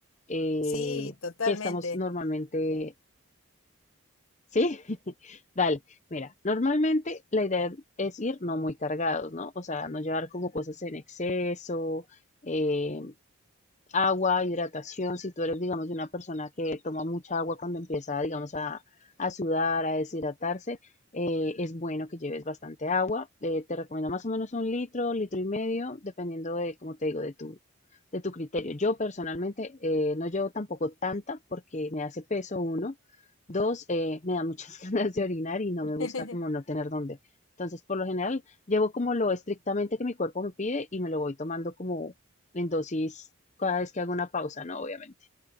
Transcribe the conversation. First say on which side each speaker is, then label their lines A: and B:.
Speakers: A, on the left; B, on the left.
A: eh,
B: Sí, totalmente.
A: qué estamos normalmente. Sí, <laughs> dale. Mira, normalmente la idea es ir no muy cargados, ¿no? O sea, no llevar como cosas en exceso, eh, agua, hidratación, si tú eres, digamos, una persona que toma mucha agua cuando empieza, digamos, a, a sudar, a deshidratarse, eh, es bueno que lleves bastante agua. Eh, te recomiendo más o menos un litro, litro y medio, dependiendo de, como te digo, de tu, de tu criterio. Yo personalmente eh, no llevo tampoco tanta porque me hace peso uno. Dos, eh, me da muchas <laughs> ganas de orinar y no
B: <laughs>
A: me gusta como no tener dónde. Entonces, por lo general, llevo como lo estrictamente que mi cuerpo me pide y me lo voy tomando como en dosis cada vez que hago una pausa, ¿no? Obviamente.